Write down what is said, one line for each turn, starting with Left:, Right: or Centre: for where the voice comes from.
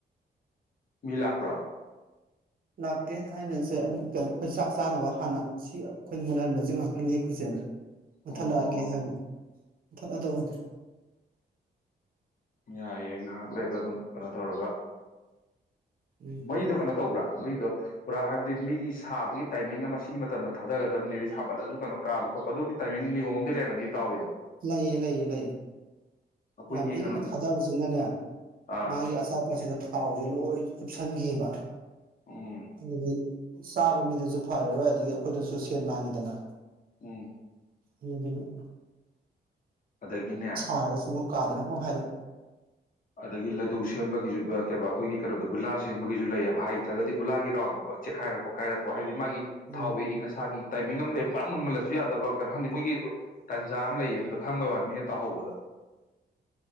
Left: ꯃꯤ ꯂꯥꯛꯄ꯭ꯔꯥ
Right: ꯂꯥꯛꯇꯦ ꯑꯩꯅꯥꯁꯦ ꯑꯃꯨꯛ ꯛ ꯑꯩꯈꯣꯏ ꯆꯥꯛ ꯆꯥꯅꯕ ꯍꯥꯟꯅ ꯁꯤꯌ ꯑꯩꯈꯣꯏ ꯃꯨꯜꯍꯟꯕꯁꯦ ꯉꯥꯛꯇꯥꯡ ꯂꯞꯀꯨꯏꯁꯦꯅ ꯃꯨꯟꯊꯠꯂꯛꯑꯒꯦ
Left: ꯑꯣ
Right: ꯍꯥꯏꯕ ꯃꯨꯊꯠꯂꯛꯑꯗꯧꯕꯅꯤ
Left: ꯌꯥꯏ ꯌꯦ ꯉꯍꯥꯀ ꯀꯨꯌꯦꯛꯥ ꯑꯗꯨꯝ ꯀꯩꯅꯣ ꯇꯧꯔꯒ
Right: ꯎꯝ
Left: ꯃꯩꯗꯣ ꯀꯩꯅꯣ ꯇꯧꯕ꯭ꯔꯥ ꯂꯏꯗꯣ ꯄꯨꯔꯥ ꯍꯥꯏꯕ ꯇꯦꯗꯨꯗꯤ ꯃꯤꯒꯤ ꯁꯥꯕꯒꯤ ꯇꯥꯏꯃꯤꯡ ꯑꯃ ꯁꯤꯒꯤ ꯃꯇꯝꯗ ꯊꯥꯒꯗꯕꯅꯦꯗꯤ ꯁꯥꯕꯠꯂꯁꯨ ꯀꯩꯅꯣ ꯀꯥꯕ ꯈꯣꯠꯄ ꯑꯗꯨꯒꯤ ꯇꯥꯏꯃꯤꯡ ꯅꯤꯌꯣꯝ ꯑꯃꯗꯤ ꯂꯩꯔꯝꯒꯅꯤ ꯇꯥꯎꯔꯤꯗꯣ
Right: ꯂꯩꯌꯦ ꯂꯩꯌꯦ ꯂꯩ
Left: ꯑꯩꯈꯣꯏꯒꯤ
Right: ꯌꯥꯝ ꯏꯡꯅ
Left: ꯀꯩꯅꯣꯗꯁꯨ
Right: ꯊꯥꯗꯕꯁꯤꯅꯅꯦ
Left: ꯑꯥ
Right: ꯃꯥꯒꯤ ꯑꯆꯥꯄꯣꯠꯁꯤꯗ ꯇꯥꯑꯣꯁꯤ ꯂꯣꯏ ꯆꯨꯞꯁꯟꯒꯤꯕ
Left: ꯎꯝ
Right: ꯑꯗꯨꯗꯤ ꯆꯥꯕ ꯃꯤꯗꯨꯁꯨ ꯐꯔꯔꯣꯏ ꯑꯗꯒꯤ ꯑꯩꯈꯣꯏꯗꯁꯨ ꯁꯦꯟ ꯃꯥꯡꯉꯤꯗꯅ
Left: ꯎꯝ
Right: ꯑꯗꯨꯗꯅ
Left: ꯑꯗꯒꯤꯅꯦ
Right: ꯍꯥꯏꯔꯁꯤ ꯕꯧ ꯀꯥꯗꯅ ꯍꯣ ꯍꯥꯏꯔꯦ
Left: ꯑꯗꯒꯤ ꯂꯗꯨ ꯁꯦꯝꯕꯒꯤꯁꯨ ꯕꯥ ꯀꯩꯕꯥꯥ ꯑꯩꯈꯣꯏꯒꯤ ꯀꯩꯅꯣ ꯁ ꯒꯨꯂꯥ ꯁꯦꯝꯒꯤꯁꯨ ꯂꯩꯌꯦꯕ ꯍꯩꯇ꯭ꯔꯒꯗꯤꯒꯂꯥꯒꯤꯥ ꯇꯧꯟꯒꯨꯝꯕ ꯆꯦꯈꯏꯔꯀꯄꯥ ꯀꯥꯏꯔꯛꯄ ꯍꯥꯏꯕꯗꯤ ꯃꯥꯒꯤ
Right: ꯎꯝ
Left: ꯊꯥꯑꯣꯒꯤꯛꯏꯡ ꯑꯁꯥꯒꯤ ꯇꯥꯏꯃꯤꯡ ꯑꯃ ꯂꯩꯔꯃ ꯄꯥꯛ ꯃꯨꯟꯃꯜꯂꯁꯨ ꯌꯥꯗꯕ ꯀꯠ ꯍꯝꯗꯦ ꯃꯣꯏꯒꯤ ꯕꯔꯥ ꯇꯥꯟꯖꯥ ꯑꯃ ꯂꯩꯌꯦ ꯑꯗꯨꯗ ꯈꯪꯕꯩ ꯋꯥꯅꯤ ꯃꯤꯅ ꯇꯥꯍꯧꯕꯗ